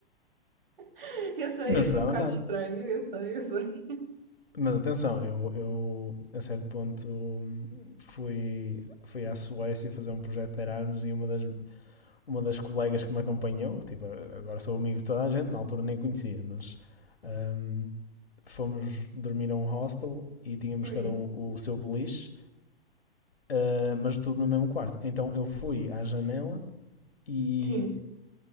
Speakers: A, on the right; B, on the left.
A: <laughs> Eu sei,
B: Não
A: é
B: esperava
A: assim um bocado
B: nada.
A: estranho, eu sei, eu sei.
B: Mas atenção, eu, eu a certo ponto hum, fui, fui à Suécia fazer um projeto de Erasmus e uma das, uma das colegas que me acompanhou, tipo, agora sou amigo de toda a gente, na altura nem conhecia, mas hum, fomos dormir a um hostel e tínhamos
A: Hum,
B: cada um o seu beliche, eh, mas tudo no mesmo quarto. Então eu fui à janela e
A: sim,